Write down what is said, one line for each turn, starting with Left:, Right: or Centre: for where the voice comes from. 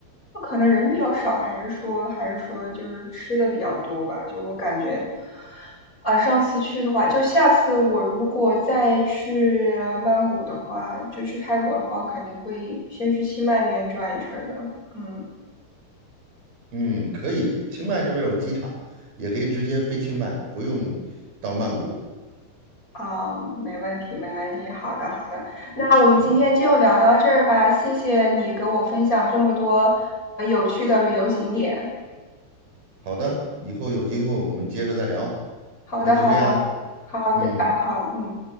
Left: 那可能人比较少，还是说还是说就是吃的比较多吧？就我感觉，啊，上次去的话，就下次我如果再去曼谷的话，就去泰国的话，肯定会先去清迈那边转一圈儿的。嗯，
Right: 嗯，可以，清迈这边有机场，也可以直接飞清迈，不用到曼谷。
Left: 啊，没问题，没问题。好的，好的。那我们今天就聊到这儿吧，
Right: 嗯，
Left: 谢谢你给我分享这么多呃有趣的旅游景点。
Right: 好的，以后有机会我们接着再聊，
Left: 好的，
Right: 那就这样。
Left: 好的，好的，
Right: 嗯。
Left: 啊，好，嗯。